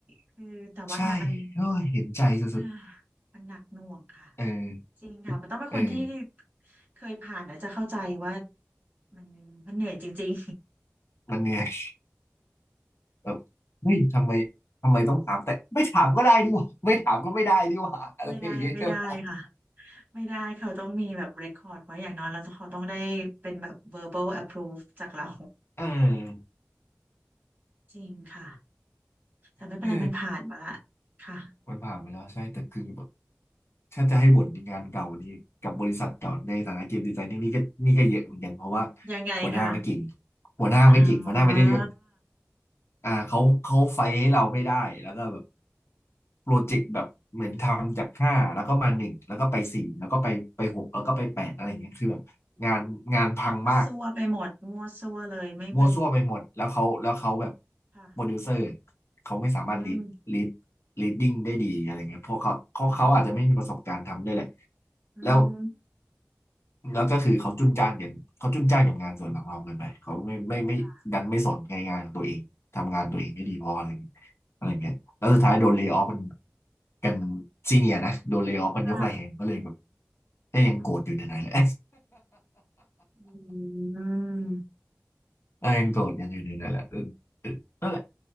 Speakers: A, on the right; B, on the left.
A: คือแต่ว่างานมัน
B: ใช่โอ้ยเห็นใจสุด
A: อ่ามันหนักหน่วงค่ะ
B: ๆเออ
A: จริงค่ะมันต้องเป็นคนที่
B: เออ
A: เคยผ่านแล้วจะเข้าใจว่ามันมันเหนื่อยจริง
B: มันเหนื่อยแบบเฮ้ยทำไมทำไมต้องถามแต่ไม่ถามก็ได้ดิวะไม่ถามก็ไม่ได้ดิวะอะไรอย่างเงี้ยเ
A: ๆ <laughs> ไม่ได้ไม่ได้ค่ะไม่ได้เขาต้องมีแบบ record ไว้อย่างน้อยแล้วเขาต้องได้เป็นแบบ verbal approve จากเรา
B: ออ
A: จริงค่ะแต่ไม่เป็นไรมันผ่านมาละค่ะ
B: เออ มันผ่านมาแล้วใช่แต่คือแบบถ้าจะให้บ่นในงานเก่านี้กับบริษัทเก่าในฐานะเกมดีไซน์นี่นี่ก็นี่ก็เยอะเหมือนกันเพราะว่า
A: ยังไงคะ
B: หัวหน้าไม่เก่งหัวหน้าไม่เก่งหัวหน้าไม่ได้เรื่อง
A: อ่า
B: อ่าเขาเขาไฟให้เราไม่ได้แล้วก็แบบโปรเจกต์แบบเหมือนทำจากห้าแล้วก็มาหนึ่งแล้วก็ไปสี่แล้วก็ไปไปหกแล้วก็ไปแปดอะไรอย่างเงี้ยคือแบบงานงานพังมาก
A: อืมมั่วซั่วไปหมดมั่วซั่วเลยไม่เป็น
B: มั่วซั่วไปหมดแล้วเขาแล้วเขาแบบ
A: ค่ะ
B: โปรดิวเซอร์เขาไม่สามารถลีดลีด
A: อืม
B: ลีดดิ้งได้ดีอะไรเงี้ยเพราะเขาเขาเขาอาจจะไม่มีประสบการณ์ทำด้วยแหละ
A: อืมอืม
B: แล้วแล้วก็คือเขาจุนจ้านกันเขาจุนจ้านกับงานส่วนของเราเกินไปเขาไม่ไม่ไม่ดันไม่สนในงานของตัวเองทำงานตัวเองไม่ดีพออะไรเงี้ยอะไรเงี้ยแล้วสุดท้ายโดนเลย์ออฟกัน
A: ค่ะ
B: กันซีเนียนะโดนเลย์ออฟกันยกระแหงก็เลยแบบ
A: ค
B: ก็ยังโกรธอยู่ในนั้นแหละ
A: ่ะ อืม
B: <laughs> ยังโกรธกันอยู่ในนั้นแหละเออเออนั่นแหละ